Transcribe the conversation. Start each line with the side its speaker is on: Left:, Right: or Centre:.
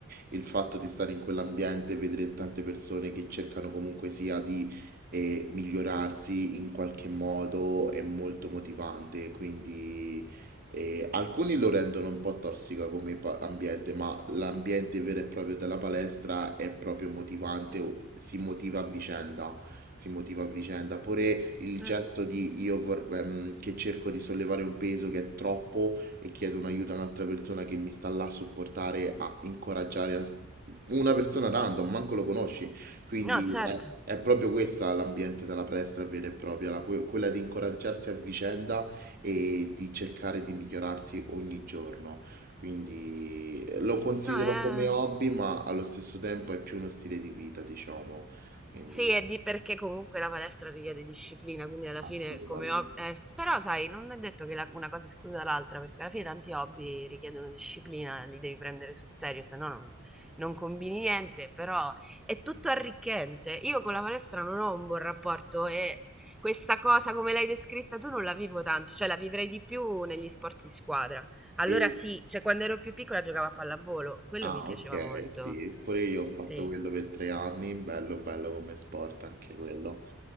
Right: il fatto di stare in quell'ambiente e vedere tante persone che cercano comunque sia di eh, migliorarsi in qualche modo è molto motivante, quindi eh, alcuni lo rendono un po' tossica come pa- ambiente, ma l'ambiente vero e proprio della palestra è proprio motivante, o si motiva a vicenda. Si motiva a vicenda, pure il
Centre: Certo.
Right: gesto di io vor- ehm, che cerco di sollevare un peso che è troppo, e chiedo un aiuto a un'altra persona che mi sta là a supportare, a incoraggiare, a s- una persona random, manco lo conosci. Quindi
Centre: No, certo.
Right: è, è proprio questa l'ambiente della palestra vera e propria, la- que- quella di incoraggiarsi a vicenda e di cercare di migliorarsi ogni giorno. Quindi eh, lo considero
Centre: No, è...
Right: come hobby, ma allo stesso tempo è più uno stile di vita, diciamo. Quindi
Centre: Sì, è di perché comunque la palestra richiede disciplina, quindi alla
Right: assolutamente.
Centre: fine come hobby... eh, però sai, non è detto che la- una cosa escluda l'altra, perché alla fine tanti hobby richiedono disciplina, li devi prendere sul serio, se no non, non combini niente, però è tutto arricchente. Io con la palestra non ho un buon rapporto e questa cosa come l'hai descritta tu non la vivo tanto, cioè la vivrei di più negli sport di squadra. Allora
Right: E
Centre: sì, cioè quando ero più piccola giocavo a pallavolo, quello
Right: Ah,
Centre: mi piaceva
Right: ok,
Centre: molto.
Right: sì, pure io ho fatto
Centre: Sì.
Right: quello per tre anni, bello, bello come sport, anche quello